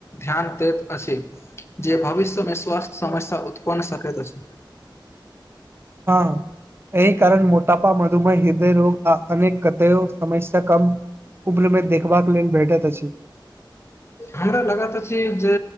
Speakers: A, on the left; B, on the right.
A: ध्यान दैत अछि जे भविष्यमे स्वस्थ्य समय उतपन्न सक छै
B: हँ एहि कारण मोटापा मधुमेह हृदय रोग अनेक कतयो समस्य कम उम्रमे देखबाक लेल भेटैत अछि
A: हमरा लगा तऽ अछि जे